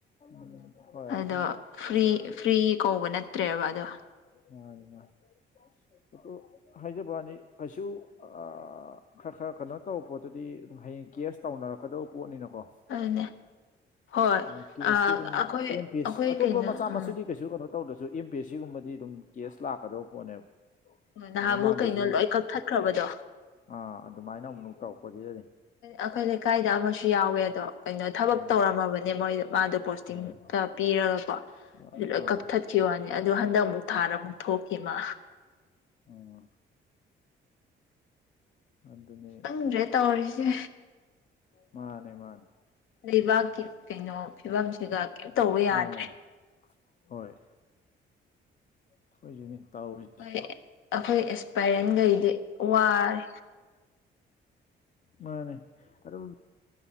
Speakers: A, on the left (about 40°); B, on the left (about 80°).
A: ꯎꯝ ꯍꯣꯏ
B: ꯑꯗꯣ
A: ꯑꯗꯨꯝ
B: ꯐ꯭ꯔꯤ ꯐ꯭ꯔꯤ ꯀꯧꯕ ꯅꯠꯇ꯭ꯔꯦꯕ ꯑꯗꯣ
A: ꯃꯥꯟꯅꯤ ꯃꯥꯟ ꯑꯗꯨ ꯍꯥꯏꯖꯕ ꯋꯥꯅꯤ ꯀꯩꯁꯨ ꯑꯥ ꯈ꯭ꯔ ꯈ꯭ꯔ ꯀꯅꯣ ꯇꯧꯕ ꯄꯣꯠꯇꯨꯗꯤ ꯑꯗꯨꯝ ꯍꯌꯦꯡ ꯀꯦꯁ ꯇꯧꯅꯔꯛꯀꯗꯧꯕ ꯄꯣꯠꯅꯤꯅꯀꯣ
B: ꯑꯗꯨꯅꯦ ꯍꯣꯏ
A: ꯎꯝ ꯀꯦꯁꯇꯤ
B: ꯑ
A: ꯑꯗꯨꯝ
B: ꯑꯩꯈꯣꯏ
A: ꯑꯦꯝ ꯄꯦꯁ
B: ꯑꯩꯈꯣꯏ
A: ꯑꯇꯣꯞꯄ
B: ꯀꯩꯅꯣ
A: ꯃꯆꯥ
B: ꯎꯝ
A: ꯃꯁꯨꯗꯤ ꯀꯩꯁꯨ ꯀꯅꯣ ꯇꯧꯗ꯭ꯔꯖꯨ ꯑꯦꯝ ꯄꯤ ꯑꯦꯁ ꯁꯤꯒꯨꯝꯕꯗꯤ ꯑꯗꯨꯝ ꯀꯦꯁ ꯂꯥꯛꯀꯗꯧ ꯄꯣꯠꯅꯦꯕ
B: ꯅꯍꯥꯟꯃꯨꯛ
A: ꯑꯥ, ꯃꯃꯥꯡꯗꯁꯨ
B: ꯀꯩꯅꯣ ꯂꯣꯏ ꯀꯛꯊꯠꯈ꯭ꯔꯕꯗꯣ
A: ꯑꯥ ꯑꯗꯨꯃꯥꯏꯅ ꯑꯃꯨꯛ ꯇꯧꯔꯛꯄꯗꯨꯗꯅꯤ
B: ꯑꯩꯈꯣꯏ ꯂꯩꯀꯥꯏꯗ ꯑꯃꯁꯨ ꯌꯥꯎꯋꯦ ꯑꯗꯣ ꯀꯩꯅꯣ ꯊꯕꯛ
A: ꯎꯝ
B: ꯇꯧꯔꯝꯃꯕꯅꯦ ꯃꯣꯏꯗꯣ ꯃꯥꯗꯣ ꯄꯣꯁꯇꯤꯡ
A: ꯍꯣꯏ
B: ꯀ ꯄꯤꯔꯒꯀꯣ
A: ꯑꯥ
B: ꯑꯗꯨ ꯂꯣꯏ ꯀꯛꯊꯠ ꯈꯤ ꯋꯥꯅꯤ ꯑꯗꯨ ꯍꯟꯗꯛ ꯃꯨꯛ ꯊꯥꯔ ꯃꯨꯛ ꯊꯣꯛꯈꯤ ꯃꯥ
A: ꯑꯣ ꯑꯗꯨꯨꯅꯦ
B: ꯈꯪꯗ꯭ꯔꯦ ꯇꯧꯔꯤꯁꯦ
A: ꯃꯥꯅꯦ ꯃꯥꯅꯦ
B: ꯂꯩꯕꯥꯛꯀꯤ ꯀꯩꯅꯣ ꯐꯤꯕꯝꯁꯤꯒ ꯀꯩꯝ ꯇꯧꯕ ꯌꯥꯗ꯭ꯔꯦ
A: ꯃꯥꯅꯤ ꯍꯣꯏ ꯑꯈꯣꯏꯁꯨꯅꯤ ꯇꯥꯔꯤ
B: ꯑꯈꯣꯏ ꯑꯈꯣꯏ ꯑꯦꯁꯄꯥꯏꯔꯟꯒꯩꯗꯤ ꯋꯥꯔꯦ
A: ꯃꯥꯅꯤ ꯑꯗꯨꯝ